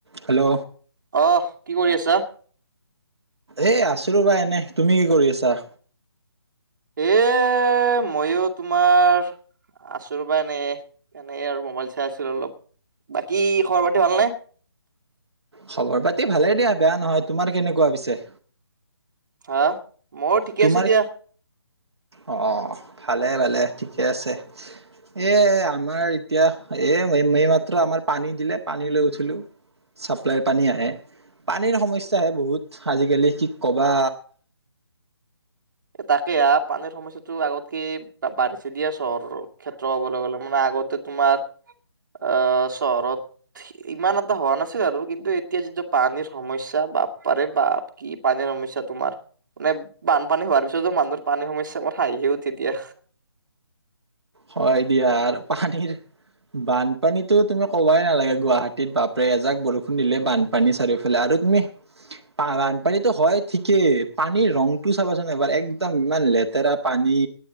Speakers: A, on the right (about 75°); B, on the right (about 45°).
A: Hello
B: আহ। কি কৰি আছা?
A: এ আছো ৰবা এনে তুমি কি কৰি আছা?
B: এ মইো তোমাৰ আচোব এনে এনেই আৰু মোবাইল চাই আছিলো অলপ বাকী খবৰ পাতি ভালনে?
A: খবৰ পাতি ভালে দিয়া বেয়া নহয় তোমাৰ কেনেকুৱা পিছে?
B: হা! মোৰ ঠিকে
A: তোমাৰ
B: আছে দিয়া
A: অ অ ভালে ভালে। ঠিকে আছে এ আমাৰ এতিয়া এ এইমাত্ৰ আমাৰ পানী দিলে পানী লৈ উঠিলো চাপ্লাইৰ পানী আহে পানীৰ সমস্যা হে বহুত আজিকালি কি ক'বা।
B: তাকে হ পানীৰ সমস্যা টো আগতকে বাঢ়িছে দিয়া চহৰৰ ক্ষেত্ৰ হ'বলৈ গ'লে মানে আগতে তোমাৰ আহ চহৰত ইমান এটা হোৱা নাছিল আৰু কিন্তু এতিয়া যিটো পানীৰ সমস্যা বাপ পাৰে বা কি পানীৰ সমস্যা তোমাৰ মানে বান। পানী হোৱাৰ পিছতো মানুহৰ পানীৰ সমস্যা মোৰ হাঁহি উঠে দিয়া।
A: হয় দিয়া আৰু পানীৰ বানপানীতো তুমি কবাই নালাগে গুৱাহাটীত বাপৰে এজাক বৰষুণ দিলে বানপানী চাৰিওফালে আৰু তুমি বানপানীতো হয় ঠিকেই পানীৰ ৰংটো চাবাচোন এবাৰ একদম ইমান লেতেৰা পানী